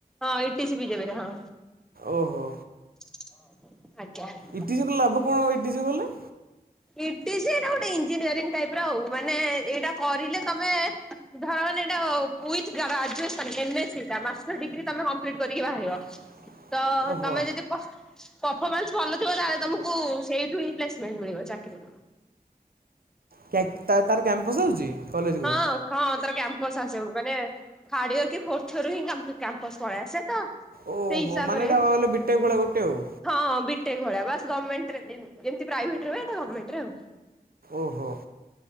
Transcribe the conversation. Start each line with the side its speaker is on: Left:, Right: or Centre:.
Centre: ହଁ ଇଟି ସି ବିଜେପିରେ ହଁ।
Right: ଓହୋ।
Centre: <unintelligible> ଆଜ୍ଞା।
Right: ଇଟିସି କଲେ ଲାଭ କଣ ଇଟିସି କଲେ?
Centre: ଇଟିସି ଏଇଟା ଗୋଟେ ଇଞ୍ଜିନିୟରିଂ ଟାଇପ୍ ର ଆଉ ମାନେ ଏଇଟା କରିଲେ ତମେ ଧର ମାନେ ଏଟା କୁଇଜ୍ ଗ୍ରାଜ୍ୟୁଏସନ୍ ଜେନେସିଭଟା ମାଷ୍ଟର ଡିଗ୍ରୀ ତମେ କମ୍ପ୍ଲିଟ୍ କରିକି ବାହାରିବ।
Right: <unintelligible>
Centre: ତ-ତମେ
Right: ଓହୋ।
Centre: ଯଦି ପଫ୍- ପଫମାନ୍ସ ଭଲ ଥିବ ତାହେଲେ ତମକୁ ସେଇଠୁ ହିଁ ପ୍ଲେସମେଣ୍ଟ୍ ମିଳିବ ଚାକ୍ କି
Right: କ୍ୟାକ୍ ତାର ତାର କ୍ୟାମ୍ପସ ଅଛି କଲେଜକୁ?
Centre: ହଁ ହଁ ତାର କ୍ୟାମ୍ପସ ଆସିବ ମାନେ ଥାର୍ଡ ୟିଅର କି ଫୋର୍ଥ ୟିଅରରୁ ହିଁ କା କ୍ୟାମ୍ପସ ପଳେଇ ଆସେ ତ
Right: ଓହୋ
Centre: ସେଇ ହିସାବରେ
Right: ମାନେଟା କଣ କହିଲ ବିଟେକ୍ ଭଳିଆ ଗୋଟେ ଆଉ
Centre: ହଁ ବିଟେକ୍ ଭଳିଆ ବାସ୍ ଗମେଣ୍ଟ୍ ରେ ଯେ- ଯେମିତି ପ୍ରାଇଭେଟରେ ହୁଏ ଏଟା ଗମେଣ୍ଟରେ ଆଉ।
Right: ଓହୋ।